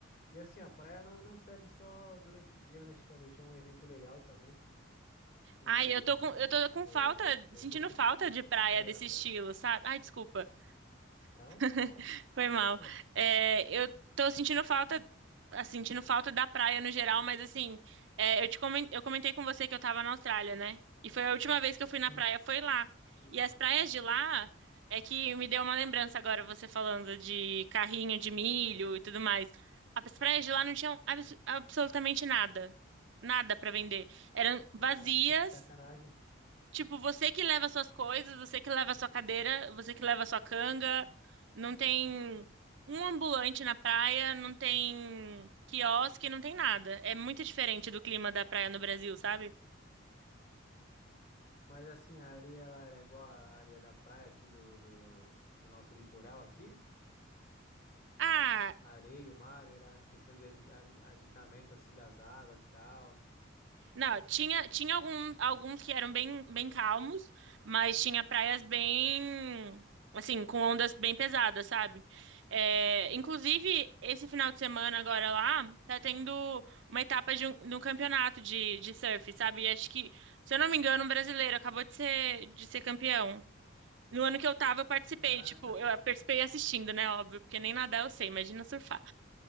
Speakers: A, on the left (about 45°); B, on the right (about 65°).
A: E assim, a praia não, não serve só durante o dia, né? Acho que a noite é um evento legal também. Inclusive,
B: Ai, eu
A: a
B: tô
A: gente,
B: com,
A: né,
B: eu tô com
A: tem
B: falta,
A: o, tem
B: sentindo
A: o costume
B: falta
A: de
B: de praia
A: correr
B: desse
A: na praia.
B: estilo, sabe? Ai, desculpa.
A: Não?
B: <laughs>
A: Vai?
B: Foi mal.
A: <laughs>
B: É, eu tô sentindo falta, assim, sentindo falta da praia no geral, mas assim, é, eu te comen- eu comentei com você que eu tava na Austrália, né? E foi a última vez que eu fui na
A: Sim.
B: praia, foi lá.
A: Sim.
B: E as praias de lá é que me deu uma lembrança agora, você falando de carrinho de milho e tudo mais. As praias de lá não tinham abs- absolutamente nada. Nada pra vender. Eram vazias.
A: Caraca, que sacanagem.
B: Tipo, você que leva suas coisas, você que leva sua cadeira, você que leva sua canga, não tem um ambulante na praia, não tem quiosque, não tem nada. É muito diferente do clima da praia no Brasil, sabe?
A: Mas assim, a areia ela era igual a areia da praia aqui do, do, do nosso litoral aqui.
B: Ah,
A: A areia, o mar, era em questão de agi- a- agitamento assim das águas e tal.
B: Não, tinha, tinha algum, alguns que eram bem, bem calmos, mas tinha praias bem, assim, com ondas bem pesadas, sabe? É, inclusive, esse final de semana agora lá, tá tendo uma etapa de um, de um campeonato de, de surf, sabe? E acho que, se eu não me engano, um brasileiro acabou de ser, de ser campeão. No ano que eu tava, eu participei,
A: Caraca.
B: tipo, eu participei assistindo, né, óbvio, porque nem nadar eu sei, imagina surfar.